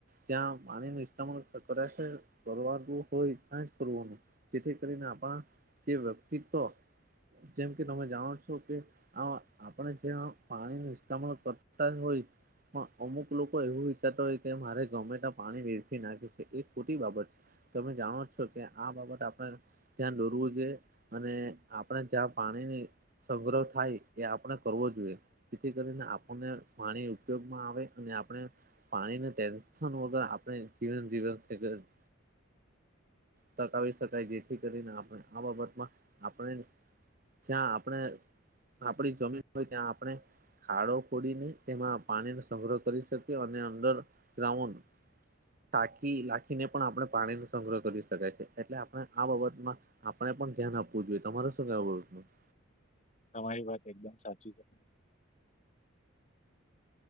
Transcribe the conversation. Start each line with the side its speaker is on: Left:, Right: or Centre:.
Right: જ્યાં પાણી નુ ઇસ્ટમાલ કરે શે કરવા જેવું હોય ત્યાં જ કરવાનું. જેથી કરીને આપણા જે વ્યક્તિત્વ જેમ કે તમે જાણો છો કે આ આપણે જયા પાણી નુ ઇસ્ત્તેમાલ કરતા જ હોય પણ અમુક લોકો એવું વિચારતા હોય કે મારે ગમેતા પાણી વેરથી નાખે શે, એ ખોટી બાબત છે. તમે જાણો જ છો કે આ બાબત આપણે ધ્યાન દોરુઝ જે અને આપણે જ્યાં પાણીની સંગ્રહ થાય એ આપણે કરવો જોઈએ જેથી કરીને આપણને પાણી ઉપયોગમાં આવે અને આપણે પાણીને ટેન્શન વગર આપણે જીવન જીવન <unintelligible> ટકાવી શકાય જેથી કરીને આપડે આ બાબતમાં આપણે જ્યાં આપણે આપડી જમીન હોય ત્યાં આપણે ખાડો ખોડીને તેમાં પાણીનો સંગ્રહ કરી શકીયે અને અંદર ગ્રાઉન્ડ ટાકી લખીને પણ આપણે પાણીનો સંગ્રહ કરી શકાય છે, એટલે આપણે આ બાબતમાં આપણે પણ ધ્યાન આપવું જોઈએ તમારે શું કહેવું? <unintelligible>
Left: તમારી વાત એકદમ સાચી છે.